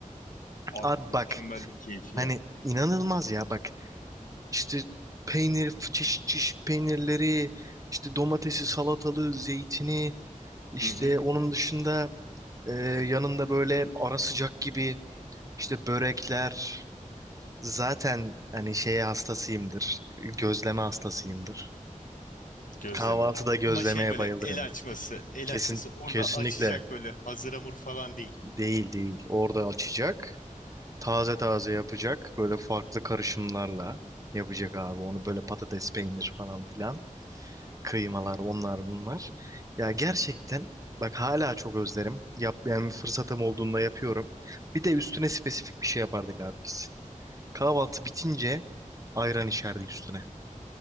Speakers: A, on the left; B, on the right.
A: Abi
B: Abi
A: mükemmel
B: bak
A: bir keyif ya.
B: hani inanılmaz ya bak işte peynir çeşit çeşit peynirleri işte domatesi salatalığı zeytini İşte
A: Hı hı.
B: onun dışında e, yanında böyle ara sıcak gibi işte börekler. Zaten hani şeye hastasıyımdır. Gözleme hastasıyımdır.
A: Gözleme.
B: Kahvaltıda gözlemeye
A: Ama şey böyle
B: bayılırım.
A: el açması, el
B: Kesin
A: açması orada
B: kesinlikle
A: açacak böyle hazır hamur falan değil.
B: değil değil. Orada açacak. Taze taze yapacak. Böyle farklı karışımlarla yapacak abi. Onu böyle patates, peynir falan filan. kıymalar onlar bunlar. Ya gerçekten bak hala çok özlerim. Yap, yani bir fırsatım olduğunda yapıyorum. Bir de üstüne spesifik bir şey yapardık abi biz. Kahvaltı bitince ayran içerdik üstüne.